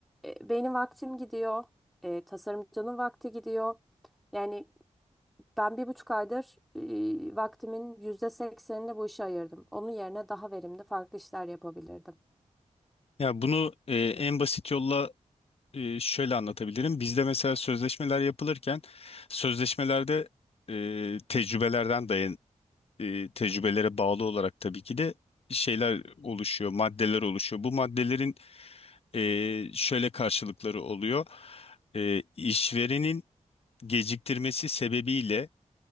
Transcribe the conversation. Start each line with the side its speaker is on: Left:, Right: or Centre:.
Centre: e, benim vaktim gidiyor, e, tasarımcının vakti gidiyor. Yani ben bir buçuk aydır e, vaktimin yüzde seksenini bu işe ayırdım. Onun yerine daha verimli farklı işler yapabilirdim.
Left: Ya bunu e, en basit yolla e, şöyle anlatabilirim. Bizde mesela sözleşmeler yapılırken sözleşmelerde e, tecrübelerden dayan e, tecrübelere bağlı olarak tabii ki de şeyler oluşuyor, maddeler oluşuyor. Bu maddelerin e, şöyle karşılıkları oluyor. E, işverenin geciktirmesi sebebiyle